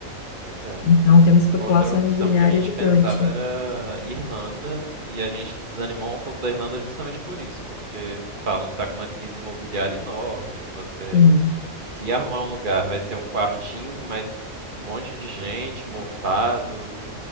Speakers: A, on the right (about 35°); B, on the left (about 85°).
A: Pois é.
B: Então, tem uma especulação
A: Outra opção
B: imobiliária
A: que a gente
B: gigante.
A: pensava era Irlanda, e a gente desanimou um pouco da Irlanda justamente por isso, porque falam que está com uma crise imobiliária enorme, que você
B: Sim,
A: Se arrumar um lugar, vai ser um quartinho com mais um monte de gente, mofado